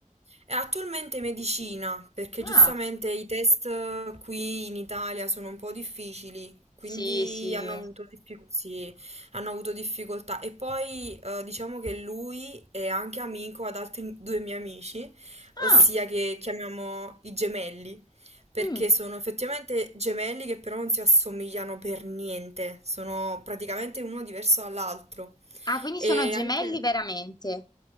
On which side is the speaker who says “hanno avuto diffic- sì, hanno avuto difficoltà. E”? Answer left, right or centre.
Right